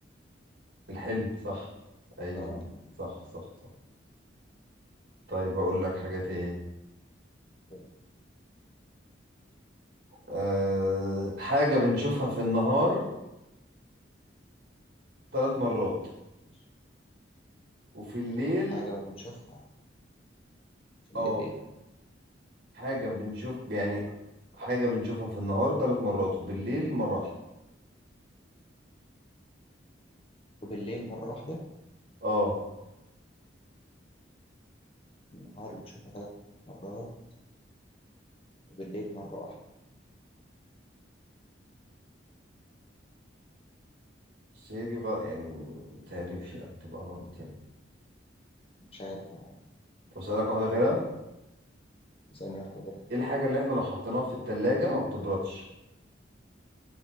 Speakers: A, on the right; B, on the left.
A: الحلم صح ايوه
B: آه
A: صح صح صح طيب هقول لك حاجه تاني
B: طيب،
A: أه... حاجه بنشوفها في النهار ثلاث مرات
B: ماشي.
A: وفي الليل
B: حاجة بنشوفها في الليل
A: اه
B: إيه
A: حاجه بنشوف يعني حاجه بنشوفها في النهار ثلاث مرات وبالليل مره واحده
B: وبالليل مرة واحدة
A: اه
B: النهار بنشوفها ثلاث مرات وبالليل مرة واحدة
A: بس هي دي غ... يعني متهيألي مش هتبقى غلط يعني
B: مش عارف آه،
A: طب اسالك واحده غيرها
B: ثانية واحدة غيرها
A: ايه الحاجة اللي احنا لو حطيناها في التلاجة ما بتبردش